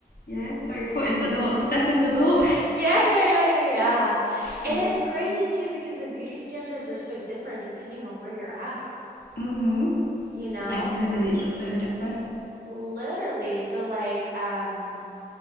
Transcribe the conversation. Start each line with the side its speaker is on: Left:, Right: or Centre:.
Left: you know? Sorry, foot in the door, step in the door.
Right: Yeah, yeah, yeah, yeah, yeah. And
Left: <laughs> yeah.
Right: it's crazy too because the beauty standards are so different depending on where you're at,
Left: hmm
Right: you know,
Left: Like globally, it's just so different.
Right: literally. So like, um,